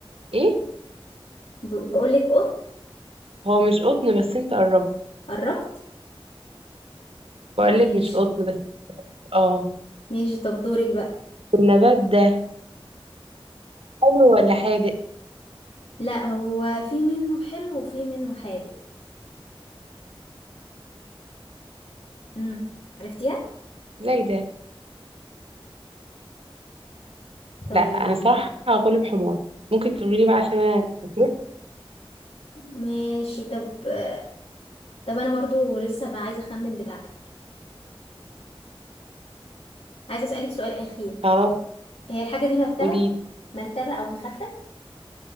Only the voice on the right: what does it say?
إيه
هو مش قطن بس أنت قربت
بقولك
مش قطن بس اه
النبات ده حلو ولا حادق
زي ده
لا انا صراحه هقوله بحمار ممكن تقولي بقى عشان انا اتفقت؟
خلاص
قولي